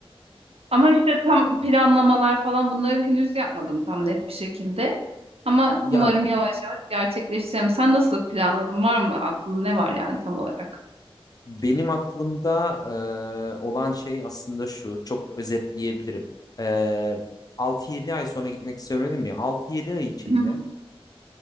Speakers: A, on the right (about 80°); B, on the left (about 40°).
A: Ama işte tam planlamalar falan bunları henüz yapmadım tam net bir şekilde. Ama
B: Ya
A: umarım yavaş yavaş gerçekleşeceğim. Sen nasıl planladın? Var mı aklında ne var yani tam olarak?
B: benim aklımda e, olan şey aslında şu. Çok özetleyebilirim. E, 6-7 ay sonra gitmek istiyorum dedim ya. altı yedi ay içinde
A: Hı hı.